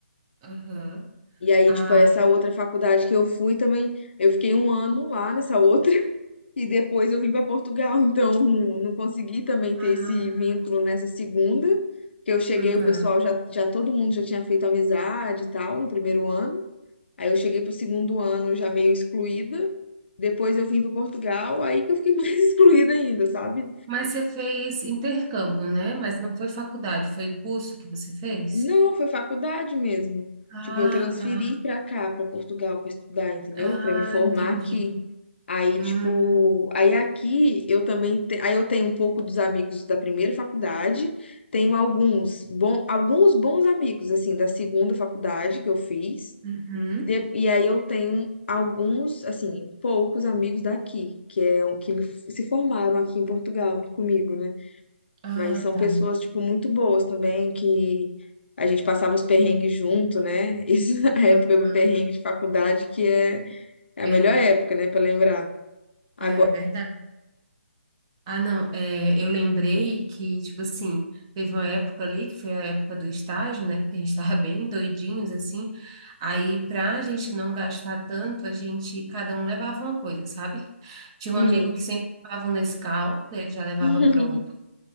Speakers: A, on the right (about 20°); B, on the left (about 55°).
A: Aham.
B: E aí,
A: Ah,
B: tipo, essa outra faculdade que eu fui também, eu fiquei um ano lá nessa outra. <laughs> E depois eu vim para Portugal, <laughs> então não consegui também ter
A: ah,
B: esse vínculo nessa segunda, que eu cheguei,
A: aham.
B: o pessoal já, já todo mundo já tinha feito amizade e tal no primeiro ano. Aí eu cheguei pro segundo ano já meio excluída. Depois eu vim para Portugal, aí que eu fiquei <laughs> mais excluída ainda, sabe?
A: Mas você fez intercâmbio, né? Mas não foi faculdade, foi curso que você fez?
B: Não, foi faculdade mesmo.
A: Ah,
B: Tipo, eu transferi
A: tá.
B: pra cá, pra Portugal, pra estudar, entendeu?
A: Ah,
B: Pra me formar
A: entendi.
B: aqui. Aí,
A: Hum,
B: tipo, aí aqui eu também, te- aí eu tenho um pouco dos amigos da primeira faculdade, tenho alguns bom, alguns bons amigos assim da segunda faculdade que eu fiz.
A: uhum.
B: De- E aí eu tenho alguns, assim, poucos amigos daqui, que é o- que me- se formaram aqui em Portugal comigo, né?
A: Ah,
B: Mas são
A: tá.
B: pessoas, tipo, muito boas também, que a gente passava os perrengues junto, né? <laughs> Isso a época
A: Aham,
B: do perrengue de faculdade, que é, é
A: entendi.
B: a melhor época, né, pra lembrar. Agora,
A: É verdade. Ah, não, é, eu lembrei que, tipo assim, teve uma época ali, que foi a época do estágio, né, que a gente tava <laughs> bem doidinhos, assim, aí pra gente não gastar tanto, a gente, cada um levava uma coisa, sabe? <laughs> Tinha
B: hum.
A: um amigo que sempre levava um Nescau, né, ele já levava
B: <laughs>
A: pronto,